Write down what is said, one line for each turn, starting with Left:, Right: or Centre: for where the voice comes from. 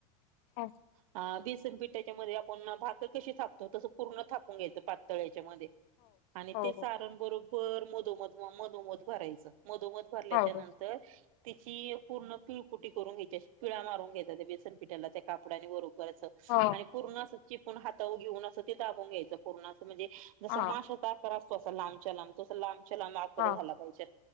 Left: <unintelligible>
Right: अ बिसन पिठाच्या मध्ये आपण भाकर कशी थापतो तसं पूर्ण थापून घ्यायचं पातळ याच्या मध्ये आणि
Left: हो
Right: ते
Left: हो
Right: सारण
Left: हो
Right: बरोबर मधोमध, मधोमध भरायच मधोमध भरल्याच्या
Left: हो हो
Right: नंतर तिची पूर्ण पिळकुटी करून घ्यायची अशी पिळा मारून घ्यायचा त्या बेसन पीठाला त्या कापडाने वरू करायचं.
Left: हा.
Right: पूर्ण असं चीपुण हातावर घेऊन असं ते दाबून घ्यायचं पूर्ण अस म्हणजे जस
Left: हा
Right: माश कार असतो अस लांबच्या लांब त लांबच्या लांब आकार
Left: हा
Right: झाला पाहिजे